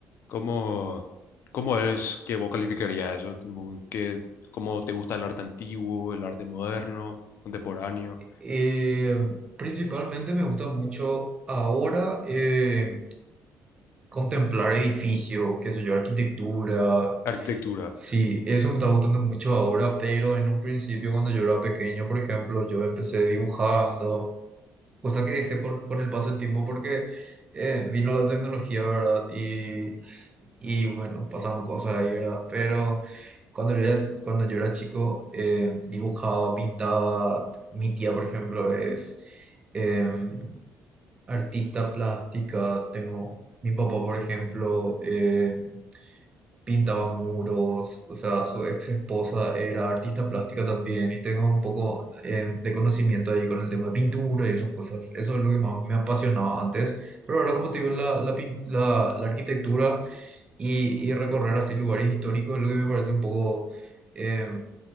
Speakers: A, on the left (about 55°); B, on the right (about 25°).
A: ¿Cómo, cómo es que vos calificarías eso? Tipo, ¿Qué, cómo te gusta el arte antiguo, el arte moderno, contemporáneo,
B: Eh, principalmente me gusta mucho ahora eh, contemplar edificios, qué sé yo, arquitectura.
A: arquitectura?
B: Sí, eso me está gustando mucho ahora, pero en un principio cuando yo era pequeño, por ejemplo, yo empecé dibujando. Cosa que dejé por- con el paso del tiempo porque eh, vino la tecnología, ¿verdad? Y, y bueno, pasaron cosas ahí, ¿verdad? Pero cuando yo era, cuando yo era chico, eh, dibujaba, pintaba. Mi tía, por ejemplo, es, em, Artista plástica, tengo mi papá, por ejemplo, eh, pintaba muros, o sea, su ex esposa era artista plástica también y tengo un poco eh, de conocimiento ahí con el tema de pintura y esas cosas. Eso es lo que más me apasionaba antes, pero ahora como te digo, la, la, pin- la- la arquitectura y, y recorrer así lugares históricos es lo que me parece un poco eh,